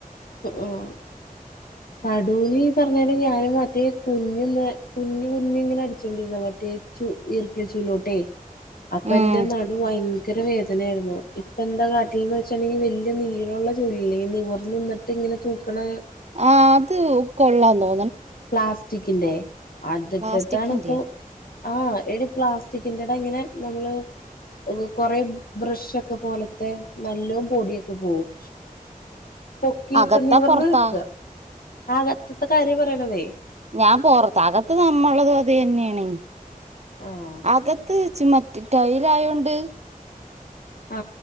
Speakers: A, on the left (about 85°); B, on the right (about 50°).
A: ഉം പടൂന് ഈ പറഞ്ഞല് ഞാന് മറ്റേ കുഞ്ഞിന്ന് കുഞ്ഞ് കുഞ്ഞ് ഇങ്ങനെ അടിച്ചൊണ്ടിരുന്ന മറ്റേ ചു ഇർക്ൾ ചൂലോട്ടെ അപ്പ
B: ഉം
A: എൻ്റെ നടു ഭയ ങ്കര വേദനയാരുന്നു ഇപ്പ എന്താ കാട്ടിന്ന് വെച്ചാൽൽ ഈ വലിയ നീളള്ള ചൂലില്ലെ നിവർ നിന്ന് ട്ട്ഇങ്ങനെ തൂക്കണ
B: ആ അത് കൊള്ളാമോ
A: പ്ലാസ്റ്റിക്കിന്റെ അതിട്ടിട്ടാണ്പ്പോ
B: പ്ലാസ്റ്റിക്കിന്റെ
A: ആ എടി പ്ലാസ്റ്റിക്കിന്റെ ത ഇങ്ങനെ നമ്മള് കൊറെ ബ്രഷ് ഒക്കെ പോലത്തെ നല്ലോ പൊടിയൊക്കെ പോവും പൊക്കിയിട്ട്
B: അകത്താ
A: നിവർന്ന്
B: പൊറത്താ
A: നിക്ക ആകത്ത്ത്തെ കാര്യ പറയണതെ
B: ഞാൻ പോറത്ത് അകത്ത് നമ്മളത് അത് തന്നെണ്
A: ആഹ്
B: അകത്ത് ചുമ്മ ടൈലായോണ്ട്
A: ആ